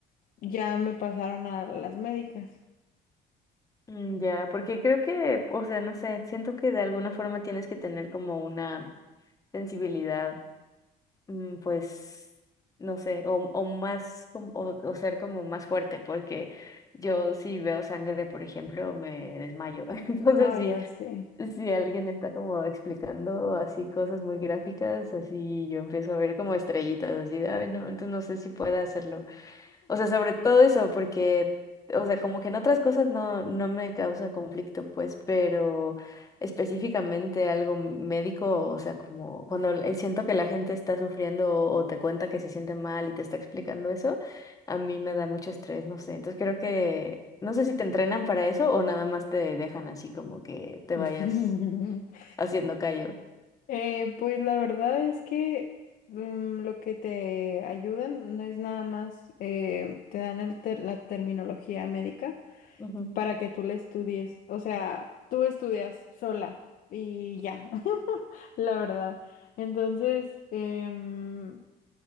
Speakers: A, on the left; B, on the left.
A: ya me pasaron a las médicas.
B: Mm, Ya, porque creo que, o sea, no sé, siento que de alguna forma tienes que tener como una sensibilidad, mm, pues, no sé, o, o más, como- o, o ser como más fuerte, porque yo si veo sangre, por ejemplo, me desmayo. <laughs>
A: Ah,
B: Entonces sí,
A: ya sé.
B: Si alguien está como explicando así cosas muy gráficas, así yo empiezo a ver como estrellitas, así de, ay, no, entonces no sé si pueda hacerlo. O sea, sobre todo eso, porque, o sea, como que en otras cosas no, no me causa conflicto, pues, pero específicamente algo médico, o sea, como cuando l- siento que la gente está sufriendo o o te cuenta que se siente mal y te está explicando eso, a mí me da mucho estrés, no sé. Entonces creo que, no sé si te entrenan para eso o nada más te dejan así como que te
A: <laughs>
B: vayas haciendo callo.
A: Eh, pues la verdad es que mm, lo que te ayudan no es nada más, eh, te dan el ter- la terminología médica
B: Ujú,
A: para que tú la estudies. O sea, tú estudias sola y ya, <laughs> la verdad. Entonces, em,